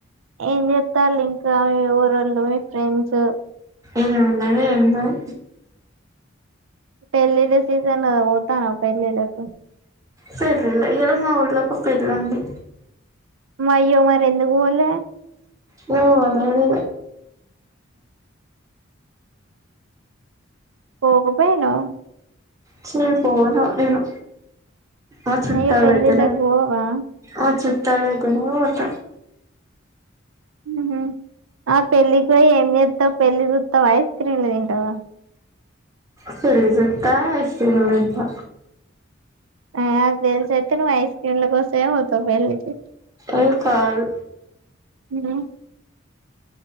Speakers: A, on the right; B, on the right.
A: ఏం చెత్తాళ్ళు ఇంకా మీ ఊరోళ్ళు మీ ఫ్రెండ్స్
B: ఏమున్నది ఏం లేదు
A: పెళ్లిళ్ల సీజన్ గద పోతానవ పెళ్ళిళ్ళకు
B: సేళ్లిల్లె ఇయాల మా ఊళ్లో ఒక పెళ్లి ఉంది
A: మయ్యో మరి ఎందుకు పోలే
B: మేము పోత లేదు
A: పోకపోయినావు
B: చి పోను నిను ఆ చుట్టాలు
A: అయ్యో పెళ్ళిళ్ళకు
B: అయితానే
A: పోవా
B: ఆ చుట్టాల అయితానే ఓత
A: ఉహు ఆ పెళ్లికి పోయి ఏం చేస్తావు పెళ్లి చూస్తావా ఐస్క్రీమ్లు తింటావా
B: సూడుడు జుత్తా ఐస్ క్రీమ్లు తింటా
A: ఏ అది దేలు చేతే నువ్ ఐస్క్రీమ్లా కోసమే పోతావు పెళ్లి కి
B: ఏ కాదు
A: నినా